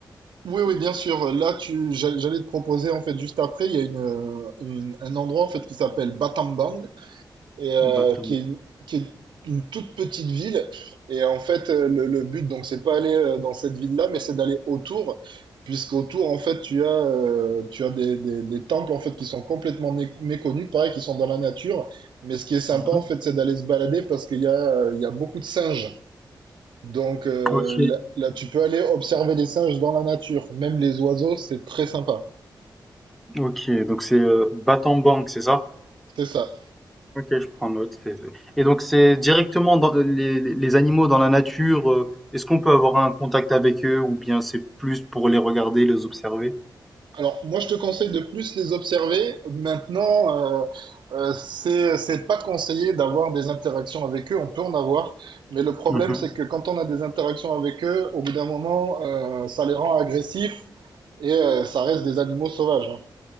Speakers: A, on the right; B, in the centre.
A: oui, oui, bien sûr. Là, tu, j'allais j'allais te proposer en fait juste après, il y a une, une- un endroit en fait qui s'appelle Battambang. et euh,
B: Battambang.
A: qui est une, qui est une toute petite ville. Et en fait, euh, le, le but, donc, c'est pas aller euh, dans cette ville-là, mais c'est d'aller autour, puisqu'autour, en fait, tu as, euh, tu as des, des, des temples, en fait, qui sont complètement né- méconnus, pareil, qui sont dans la nature. Mais ce qui est sympa,
B: Mhm.
A: en fait, c'est d'aller se balader parce qu'il y a, euh, il y a beaucoup de singes. Donc euh,
B: Ok,
A: là, là, tu peux aller observer les singes dans la nature, même les oiseaux, c'est très sympa.
B: ok, donc c'est euh, Battambang, c'est ça?
A: C'est ça.
B: Ok, je prends note. c'est- c'est- Et donc, c'est directement dans les, les- les animaux dans la nature. euh, Est-ce qu'on peut avoir un contact avec eux ou bien c'est plus pour les regarder, les observer?
A: Alors, moi, je te conseille de plus les observer. Maintenant, euh, euh, c'est, c'est pas conseillé d'avoir des interactions avec eux. On peut en avoir, mais le problème,
B: Mhm.
A: c'est que quand on a des interactions avec eux, au bout d'un moment, euh, ça les rend agressifs et euh, ça reste des animaux sauvages. hein.